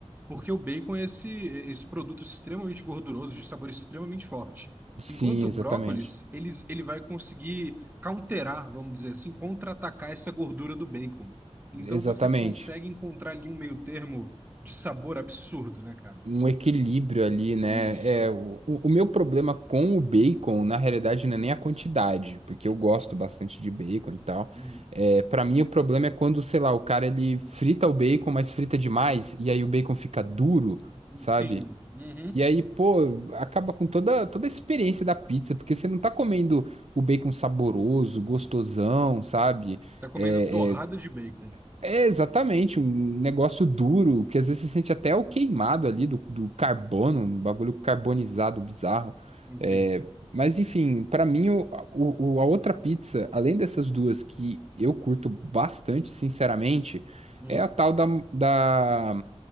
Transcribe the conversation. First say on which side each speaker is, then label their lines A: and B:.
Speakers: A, on the right; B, on the right.
A: Porque o bacon é esse, esse produto extremamente gorduroso, de sabor extremamente forte.
B: Sim,
A: Enquanto o
B: exatamente.
A: brócolis, ele, ele vai conseguir counterar, vamos dizer assim, contra-atacar essa gordura do bacon. Então
B: Exatamente.
A: você consegue encontrar ali um meio termo de sabor absurdo, né, cara?
B: Um equilíbrio ali, né?
A: Isso.
B: É, o, o o meu problema com o bacon, na realidade, não é nem a quantidade, porque eu gosto
A: Uhum,
B: bastante de bacon e tal.
A: uhum.
B: É, para mim, o problema é quando, sei lá, o cara ele frita o bacon, mas frita demais, e aí o bacon fica duro, sabe?
A: Sim. Uhum.
B: E aí, pô, acaba com toda, toda a experiência da pizza, porque você não tá comendo o bacon saboroso, gostosão, sabe?
A: Você está comendo
B: É,
A: torrada de bacon.
B: É exatamente um negócio duro, que às vezes você sente até o queimado ali do, do carbono, um bagulho carbonizado bizarro.
A: Sim.
B: É, mas enfim, pra mim, o, o- o- a outra pizza, além dessas duas que eu curto bastante, sinceramente,
A: Hum.
B: é a tal da, da,